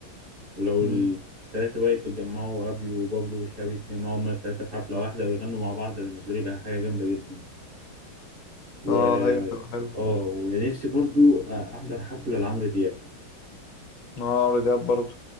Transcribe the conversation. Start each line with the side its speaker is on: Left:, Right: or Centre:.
Right: ولو
Left: مم.
Right: التلاتة بقى يتجمعوا ابيو وبابلو وشهاب يتجمعوا هما التلاتة في حفلة واحدة ويغنوا مع بعض ده بالنسبة لي بقى حاجة جامدة جدا و
Left: اه ايوه تبقى حلو
Right: اه ونفسي برضو احضر حفلة لعمرو دياب
Left: اه عمرو دياب برضه